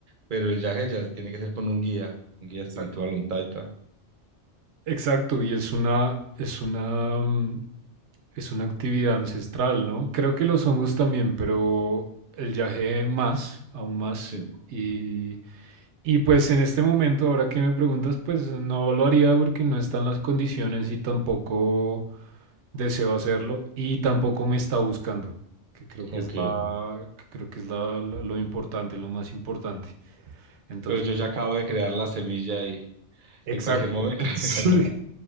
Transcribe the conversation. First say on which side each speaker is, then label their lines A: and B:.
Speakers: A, on the right; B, on the right.
A: pero el yaje ya tiene que ser con un guía, un guía
B: Exacto.
A: espiritual, un taita.
B: Exacto, y es una, es una, mm, Es una actividad ancestral, ¿no? Creo que los hongos también, pero el yagé más, aún más.
A: Sí.
B: Y, y pues en este momento, ahora que me preguntas, pues no lo haría porque no están las condiciones y tampoco deseo hacerlo y tampoco me está buscando, que creo que
A: Ok,
B: es la, que creo que es la- la- lo importante, lo más importante. Entonces,
A: pero yo ya acabo de crear la semilla y
B: exacto.
A: en cualquier momento
B: <laughs>
A: <laughs>
B: Sí,
A: me va a llamar.